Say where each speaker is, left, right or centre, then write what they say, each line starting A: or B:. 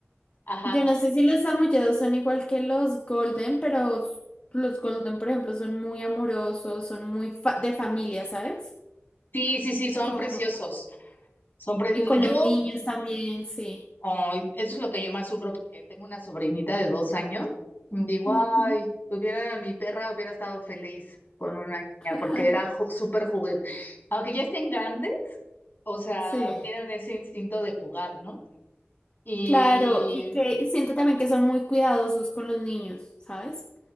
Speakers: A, on the left; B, on the left.
A: ajá,
B: Yo no sé si los samoyedos son igual que los golden, pero s- los golden, por ejemplo, son muy amorosos, son muy fa- de familia, ¿sabes?
A: sí, sí, sí, son
B: Como-
A: preciosos, son preciosos.
B: y con
A: Yo
B: los niños también, sí.
A: Ay, eso es lo que yo más sufro porque tengo una sobrinita de dos años. Digo,
B: Ujú.
A: ay, hubiera mi perra hubiera estado feliz con una niña
B: Claro.
A: porque era ju- súper juguete. Aunque ya estén grandes, o sea,
B: Sí,
A: tienen ese instinto de jugar, ¿no? Y
B: claro, y que siento también que son muy cuidadosos con los niños, ¿sabes?